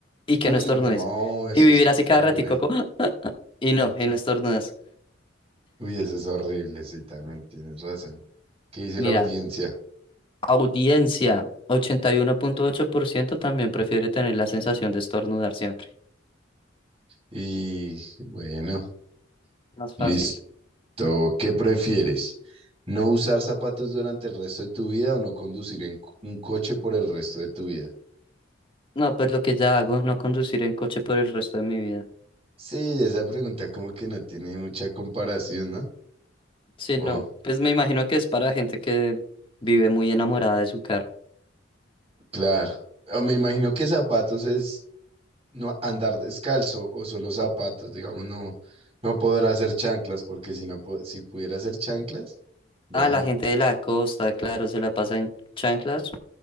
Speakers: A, on the left; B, on the right.
A: y que
B: Uy,
A: no estornudes.
B: no, eso
A: Y vivir
B: es
A: así cada
B: horrible.
A: ratico como <gasps> y no, y no estornudas.
B: Uy, eso es horrible, sí, también tienes razón. ¿Qué dice
A: Mira,
B: la audiencia?
A: audiencia, 81.8% también prefiere tener la sensación de estornudar siempre.
B: Y bueno,
A: Más
B: listo.
A: fácil.
B: ¿Qué prefieres? ¿No usar zapatos durante el resto de tu vida o no conducir en co- un coche por el resto de tu vida?
A: No, pues lo que ya hago, no conducir en coche por el resto de mi vida.
B: Sí, esa pregunta como que no tiene mucha comparación, ¿no?
A: Sí,
B: Oh,
A: no, pues me imagino que es para gente que vive muy enamorada de su carro.
B: claro. O me imagino que zapatos es no andar descalzo o solo zapatos, digamos, no, no podrá hacer chanclas, porque si no, po- si pudiera hacer chanclas, bueno,
A: Ah, la gente de la costa, claro, se la pasa en chanclas,